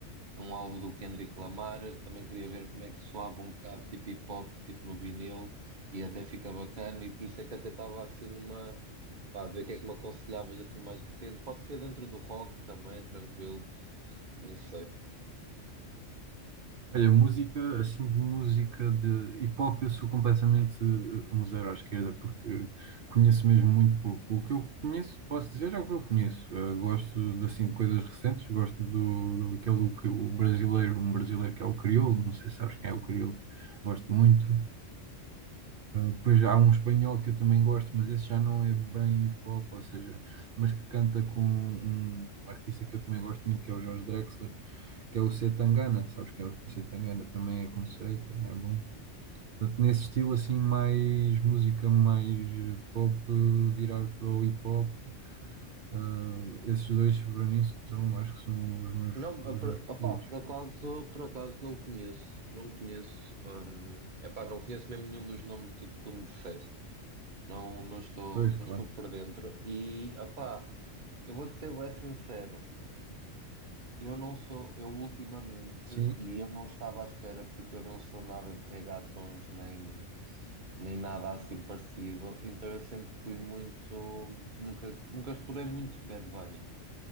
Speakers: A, on the right (about 40°); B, on the right (about 55°).
A: um álbum do Kendrick Lamar, também queria ver como é que soava um bocado, tipo hip-hop, tipo no vinil, e até fica bacana, e por isso é que até estava, assim, numa... Pá, de ver o que é que me aconselhavas assim mais recente. Pode ser dentro do rock também, tranquilo, não sei.
B: Olha, música, assim, de música de hip hop, eu sou completamente eh, um zero à esquerda, porque conheço mesmo muito pouco. O que eu conheço, posso dizer, é o que eu conheço. Eh, gosto de, assim, de coisas recentes, gosto do, do aquele, que o brasileiro, um brasileiro que é o Criolo, não sei se sabes quem é o Criolo, gosto muito. Depois há um espanhol que eu também gosto, mas esse já não é bem hip hop, ou seja, mas que canta com um artista que eu também gosto muito, que é o Jorge Drexler, que é o C. Tangana, sabes que é o C. Tangana, também é conceito, também é bom. Portanto, nesse estilo assim, mais música, mais eh, pop, eh, virar para o hip hop, ah, esses dois para mim são, acho que são os meus,
A: Não,
B: os
A: por,
B: meus preferidos.
A: opá, por acaso, por acaso não conheço, não conheço, hum, epá, não conheço mesmo nenhum dos nomes do que tu me disseste. Não, não estou,
B: Pois,
A: não
B: claro,
A: estou por dentro. E, opá, eu vou-te ser bem sincero, eu não sou, eu ultimamente,
B: sim.
A: e eu não estava à espera porque eu não sou nada de regatons nem, nem nada assim parecido, então eu sempre fui muito, nunca, nunca explorei muito Bad Bunny.